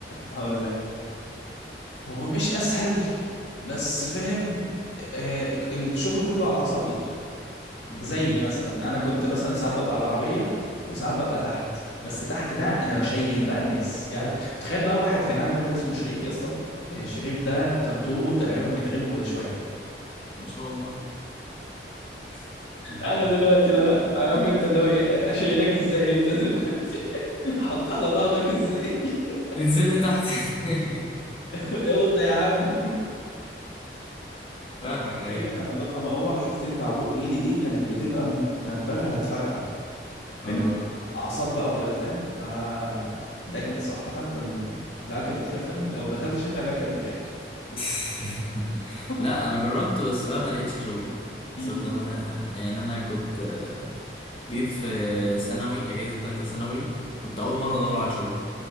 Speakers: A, on the left; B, on the left.
A: هقول لك هو مش أسهل بس فاهم آه الشغل كله على عصب إيده
B: مم.
A: زي مثلا أنا كنت مثلا ساعات ببقى على العربية وساعات ببقى
B: مم.
A: تحت بس تحت ده أنا بشيل بقى الناس يعني متخيل بقى واحد كان عندي واحد اسمه شريف يا اسطى آه، شريف
B: مم.
A: ده كان طوله تقريبا مترين وشوية
B: ما شاء الله <laughs>
A: انا دلوقتي لا عارف انت اللي هو ايه اشيلك ازاي انت دلوقتي <laughs> حط على ظهرك ازاي <laughs>
B: انزل لي تحت <laughs>
A: اوطى يا عم
B: فاهمك
A: حرفيا
B: ايوه
A: انا ببقى مروح شفت انت عروق ايدي دي كانت بتبقى متنفخه هتفرقع من
B: اه
A: الاعصاب بقى وكده فاهم ف ده كانت صراحه كان العيال كانت بتخاف لما لو دخلت شكل العيال كانت بتخاف
B: <laughs>
A: <laughs>
B: لا انا جربت بس بقى ما لقيتش شغل
A: م-
B: تصدق بقى يعني انا كنت آه، جيت في ثانوي اجازه ثالثه ثانوي كنت اول مره ادور على شغل